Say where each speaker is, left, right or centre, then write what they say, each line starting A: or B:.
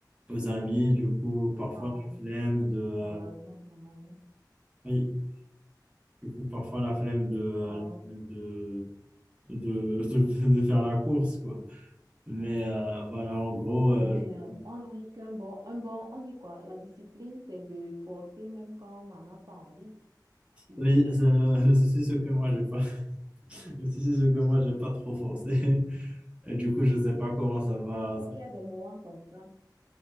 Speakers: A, on the right; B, on the right.
A: aux amis. Du coup, parfois
B: Ah,
A: la flemme de, euh,
B: normalement, normalement.
A: oui, du coup, parfois la flemme de, euh,
B: Oh.
A: la flemme de, de, de, <laughs> de faire la course, quoi. Mais euh, voilà, en gros, euh,
B: Mais euh,
A: je-
B: on dit qu'un bon, un bon, on dit quoi? La discipline, c'est de forcer même quand on n'en a pas envie. Puis,
A: oui, c'est le souci, <laughs> c'est que moi, j'ai pas, <laughs> le souci, c'est que moi, j'ai pas trop forcé. Et du coup, je sais pas comment ça va,
B: bon, il y a des moments comme ça.